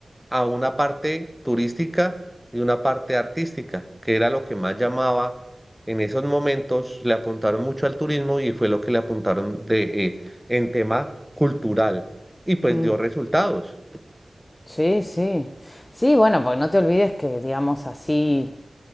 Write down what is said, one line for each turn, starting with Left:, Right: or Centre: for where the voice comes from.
Centre: a una parte turística y una parte artística, que era lo que más llamaba en esos momentos, le apuntaron mucho al turismo y fue lo que le apuntaron de, eh, en tema cultural y pues
Left: mm,
Centre: dio resultados.
Left: sí, sí. Sí, bueno, porque no te olvides que, digamos así,